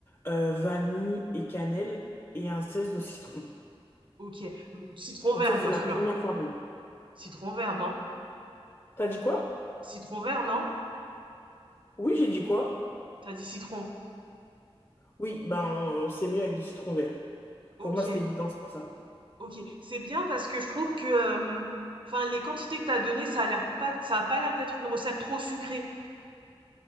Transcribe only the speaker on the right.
Ok, Mm, citron
vert
bien
sûr.
Citron vert, non?
Citron vert, non?
T'as dit citron.
Ok.
Ok, c'est bien parce que je trouve que, euh, enfin, les quantités que t'as données, ça a l'air pas, ça a pas l'air d'être une recette trop sucrée.